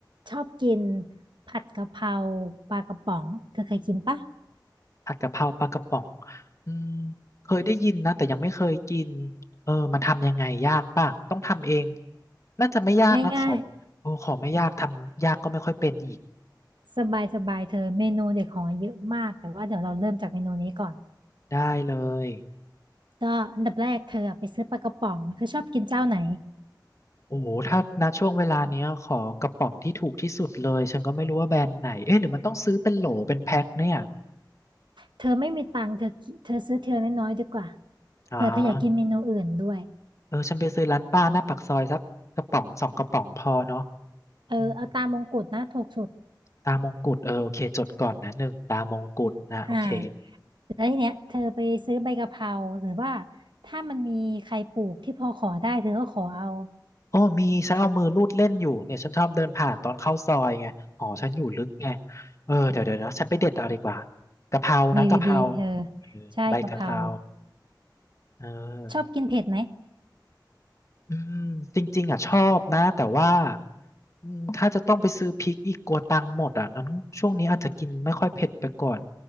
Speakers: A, on the right; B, on the left.
A: ชอบกินผัดกะเพราปลากระป๋องเธอเคยกินปะ
B: ผัดกะเพราปลากระป๋องอืมเคยได้ยินนะแต่ยังไม่เคยกินเออมันทำยังไงยากป่ะต้องทำเองน่าจะไม่ยากนะขอ
A: ง่าย
B: โอ้ขอไม่ยากทำยากก็ไม่ค่อยเป็นอีก
A: ๆสบายสบายเธอเมนูเด็กของเยอะมากแต่ว่าเดี๋ยวเราเริ่มจากเมนูนี้ก่อน
B: ได้เลย
A: ก็อันดับแรกเธอไปซื้อปลากระป๋องเธอชอบกินเจ้าไหน
B: โอ้โหถ้าณช่วงเวลาเนี้ยขอกระป๋องที่ถูกที่สุดเลยฉันก็ไม่รู้ว่าแบรนด์ไหนเอ๊ะหรือมันต้องซื้อเป็นโหลเป็นแพ็คเนี่ย
A: เธอไม่มีตังค์เธอกิเธอซื้อเทียน้อยๆดีกว่า
B: อ๋อ
A: เผื่อเธออยากกินเมนูอื่นด้วย
B: เออฉันไปซื้อร้านป้าหน้าปากซอยสักกระป๋องสองกระป๋องพอเนาะ
A: เออเอาตามมงกุฎนะถูกสุด
B: อืมตามงกุฎเออโอเคจดก่อนนะหนึ่งตามงกุฎนะโอเค
A: อ่า แล้วทีเนี้ยเธอไปซื้อใบกะเพราหรือว่าถ้ามันมีใครปลูกที่พอขอได้เธอก็ขอเอา
B: โอ้มีฉันเอามือลูดเล่นอยู่เนี่ยฉันชอบเดินผ่านตอนเข้าซอยไงอ๋อฉันอยู่ลึกไงเออเดี๋ยวเดี๋ยวนะฉันไปเด็ดเอาดีกว่ากะเพรานะกะเพรา
A: ดีดีดีเธอ
B: เออใบกะเพรา
A: ใช่กะเพรา
B: เออ
A: ชอบกินเผ็ดไหม
B: อืมจริงๆอ่ะชอบนะแต่ว่าอืมถ้าจะต้องไปซื้อพริกอีกกลัวตังค์หมดอ่ะงั้นช่วงนี้อาจจะกินไม่ค่อยเผ็ดไปก่อน